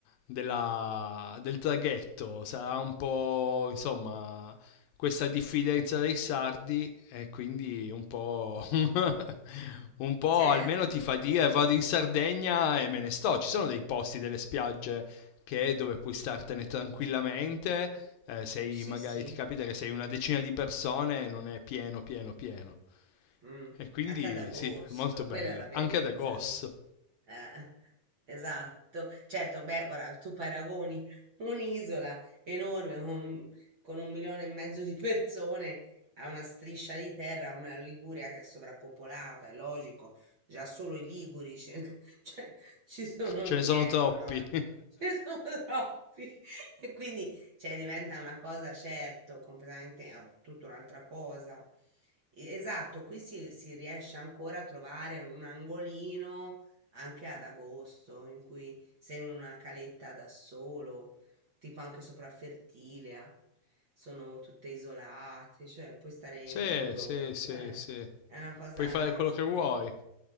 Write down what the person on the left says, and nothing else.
della- del traghetto, sarà un po' insomma questa diffidenza dei sardi e quindi un po', <laughs> un po'
almeno ti fa dire vado in Sardegna e me ne sto, ci sono dei posti, delle spiagge che è dove puoi startene tranquillamente. eh, sei
magari
ti capita che sei una decina di persone e non è pieno, pieno, pieno.
E quindi
sì, è molto
bello.
Anche ad agosto.
Ce ne
sono troppi.
<laughs> sì,
sì, sì,
sì.
Puoi fare quello
che vuoi.